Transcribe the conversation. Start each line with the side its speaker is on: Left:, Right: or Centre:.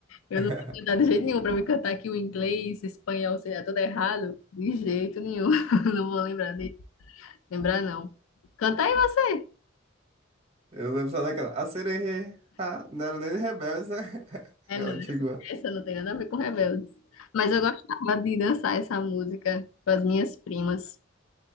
Left: eu
Right: <laughs>
Left: não tenho cuidado de jeito nenhum pra me cantar aqui o inglês, espanhol, sei lá, tudo errado. De jeito nenhum. <laughs> Não vou lembrar de lembrar, não. Canta aí você.
Right: Eu lembro só daquela. A sererê. Ah, não era nem de Rebeldes, né? <laughs>
Left: É,
Right: Aquela
Left: não,
Right: antiga.
Left: essa, essa não tem nada a ver com Rebeldes. Mas eu gostava de dançar essa música com as minhas primas.